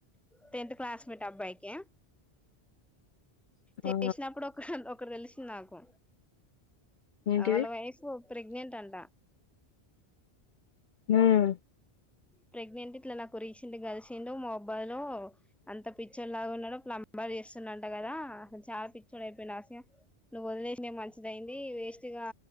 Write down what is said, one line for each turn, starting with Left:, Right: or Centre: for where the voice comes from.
Centre: త తెన్త్ క్లాస్మేట్ అబ్బాయిక? చేసినప్పుడు
Left: ఆ
Centre: ఒక ఒకరు తెలుస్ నాకు
Left: ఏంటిది
Centre: ఆ వాళ్ళ వైఫ్ ప్రెగ్నెంట్ అంట
Left: హుమ్
Centre: ప్రెగ్నెంట్ ఇట్లా నాకు రీసెంట్గా కలిసిండు మొబ్బై లో అంత పిచ్చోడు లాగా ఉన్నాడు ప్లంబర్ అవి చేస్తుండంట గదా అసలు చాలా పిచ్చోడు అయిపోయిండు ఆసియా నువ్వు వదిలేసిందే మంచిదయింది వేస్ట్ గా